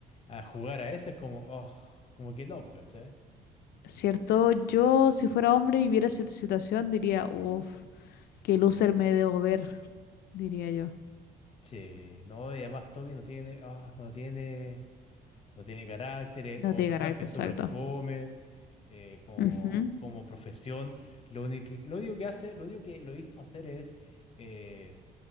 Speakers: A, on the left; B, on the left.
A: a jugar a eso es como, oh, como que no, porque, ¿cachai?
B: cierto, yo si fuera hombre y viera esa situación diría, uff, qué loser me debo ver, diría yo.
A: Che, no, y además Toby no tiene, ah, no tiene, no tiene carácter, eh,
B: No
A: como
B: tiene
A: personaje
B: carácter,
A: es
B: exacto.
A: súper fome, eh, como,
B: Ujú.
A: como profesión, lo único que, lo único que hace, lo único que lo he visto hacer es... eh,